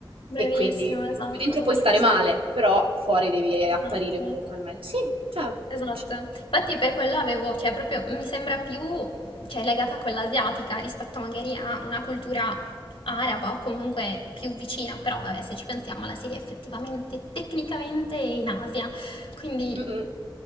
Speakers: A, on the left (about 80°); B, on the right (about 85°).
A: Bravissima,
B: e quindi
A: esatto,
B: dentro puoi stare
A: giusto.
B: male, però fuori devi apparire
A: Esatto.
B: comunque al meglio. Sì, cioè,
A: Esatto,
B: ci-
A: infatti per quello avevo, cioè proprio mi sembra più, cioè, legata a quella asiatica rispetto magari a una cultura araba o comunque più vicina, però vabbè, se ci pensiamo la Siria effettivamente, tecnicamente è in Asia, quindi
B: Mh-mh.